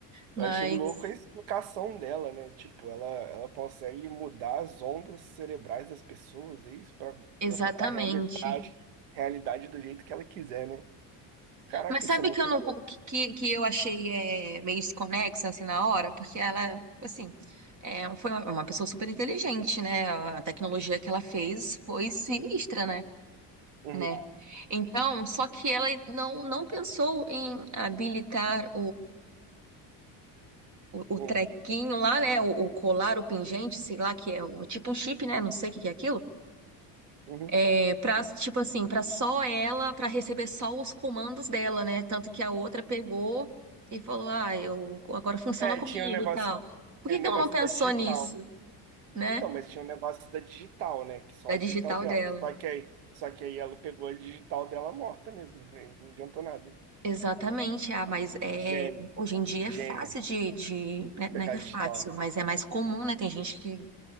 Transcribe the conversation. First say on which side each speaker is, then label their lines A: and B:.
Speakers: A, on the right; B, on the right.
A: Mas,
B: Eu achei louco a explicação dela, né? Tipo, ela, ela consegue mudar as ondas cerebrais das pessoas, é isso? Pra,
A: exatamente.
B: pra botar a realidade, realidade do jeito que ela quiser, né? Caraca,
A: Mas sabe
B: isso é muito
A: que eu não
B: doido.
A: que, que eu achei é, meio desconexa assim na hora? Porque ela, assim, é, um, foi uma, uma pessoa super inteligente, né? A tecnologia que ela fez foi sinistra, né?
B: Uhum,
A: Né? Então, só que ela não, não pensou em habilitar o,
B: uhum,
A: o trequinho lá, né? O, o colar, o pingente, sei lá, que é o, tipo um chip, né? Não sei o que que é aquilo.
B: uhum.
A: É, pra, tipo assim, pra só ela, pra receber só os comandos dela, né? Tanto que a outra pegou e falou: Ah, eu, agora funciona
B: É,
A: comigo
B: tinha um negócio,
A: e tal. Por
B: tinha
A: que
B: um
A: que
B: negócio
A: ela não pensou
B: da digital.
A: nisso, né?
B: Então, mas tinha um negócio da digital, né? Que só
A: Da
B: a digital
A: digital
B: dela.
A: dela.
B: Só que aí, só que aí ela pegou a digital dela morta mesmo. né? Não adiantou nada.
A: Exatamente, ah, mas é,
B: Gênio,
A: hoje em dia
B: gênio.
A: é fácil de, de, né, não
B: Pegar
A: é que
B: a
A: é
B: digital,
A: fácil,
B: né?
A: mas é mais comum, né? Tem gente que